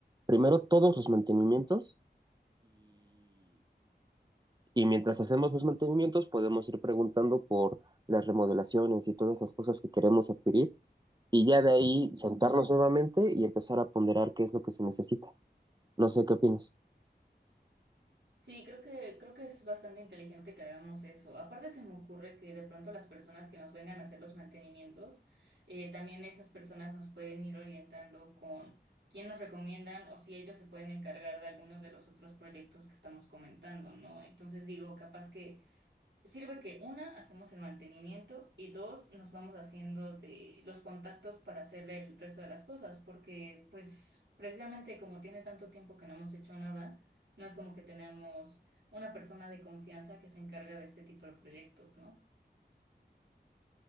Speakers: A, on the right (about 25°); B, on the right (about 85°).
A: Primero, todos los mantenimientos y mientras hacemos los mantenimientos, podemos ir preguntando por las remodelaciones y todas las cosas que queremos adquirir. Y ya de ahí sentarnos nuevamente y empezar a ponderar qué es lo que se necesita. No sé qué opinas.
B: Sí, creo que, creo que es bastante inteligente que hagamos eso. Aparte se me ocurre que de pronto las personas que nos vengan a hacer los mantenimientos, eh, también esas personas nos pueden ir orientando con quién nos recomiendan o si ellos se pueden encargar de algunos de los otros proyectos que estamos comentando, ¿no? Entonces digo, capaz que Sirve que una, hacemos el mantenimiento y dos, nos vamos haciendo de los contactos para hacerle el resto de las cosas, porque pues precisamente como tiene tanto tiempo que no hemos hecho nada, no es como que tenemos una persona de confianza que se encarga de este tipo de proyectos, ¿no?